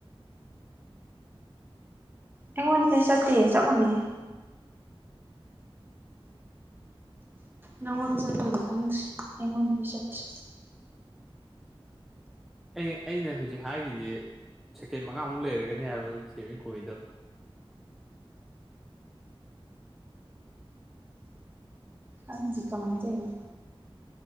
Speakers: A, on the right; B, in the centre.
A: ꯑꯩꯉꯣꯟꯗꯗꯤ ꯆꯠꯇꯦ ꯆꯞ ꯃꯥꯟꯅꯩ ꯅꯪꯉꯣꯟꯗ ꯆꯠꯄꯩꯗꯤ ꯈꯪꯗꯦ ꯑꯩꯉꯣꯟꯗꯗꯤ ꯆꯠꯇ꯭ꯔꯦ
B: ꯑꯩ ꯑꯩꯅ ꯍꯧꯖꯤꯛ ꯍꯥꯏꯒ꯭ꯔꯤꯖꯦ ꯁꯦꯀꯦꯟ ꯃꯉꯥꯃꯨꯛ ꯂꯩꯔꯒꯅꯦ ꯍꯥꯏꯕ <unintelligible>
A: ꯈꯪꯗꯦ ꯀꯃꯥꯏ ꯇꯧꯏꯅꯣ